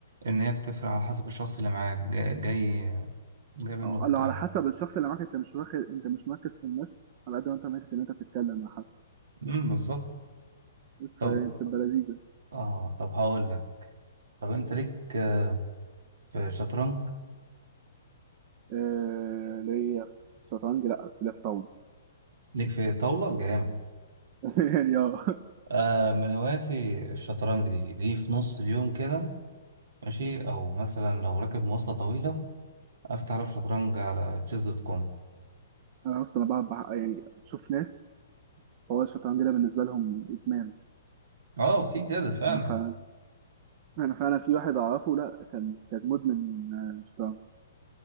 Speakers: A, on the right; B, on the right.
A: ان هي بتفرق على حسب الشخص اللي معاك جاي جاي, جاي منه
B: آه،
A: وبتاع
B: لو على حسب الشخص اللي معاك انت مش واخد انت مش مركز في الناس على قد ما انت مركز ان انت بتتكلم مع حد
A: امم بالظبط
B: بس
A: طب
B: فهي بتبقى لذيذه
A: اه طب هقول لك طب انت ليك آه، في شطرنج
B: آه ليا في شطرنج لا بس ليا في طاوله
A: ليك في طاولة جامد
B: <laughs> يعني اه
A: آه من هواياتي الشطرنج دي دي في نص اليوم كده ماشي او مثلا لو راكب مواصلة طويلة افتح على شطرنج على تشيز دوت كوم
B: انا اصلا بقى بقى- يعني بشوف ناس هو الشطرنج ده بالنسبه لهم ادمان
A: اه في كده فعلا
B: انا فعلا انا فعلا في واحد اعرفه لا كان كان مدمن آه، شطرنج